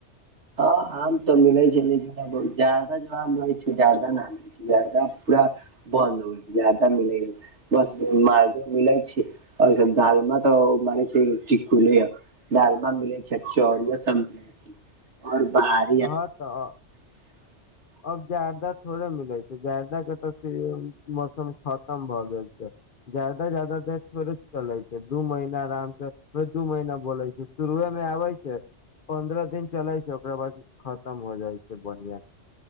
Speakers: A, on the right (about 70°); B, on the left (about 50°).
A: हाँ आम तऽ मिलै छै लेकिन बहुत जादा जो आम रहे छै जादा नै जरदा पूरा बन्द हो छै जरदा मिलै नै अय। बस मालदे मिले छैय और दालमा तऽ माने छै टिकुले ह दलमा मिलै छैय चोरीया सब मिलै छैय। और बाहर
B: हाँ तऽ
A: <inaudible>
B: अब जर्दाथोड़े मिलै छै जर्दा केँ तऽ मौसम खतम भए गेल छै। जर्दा जादा देर थोड़े चलै छैय। दू महीना आराम से दू महीना बोलै छैय। शुरुए मे आबै छैय <inaudible> पन्द्रह दिन चलै छैय ओकरा बाद। खतम हो जाइ छैय बढिया।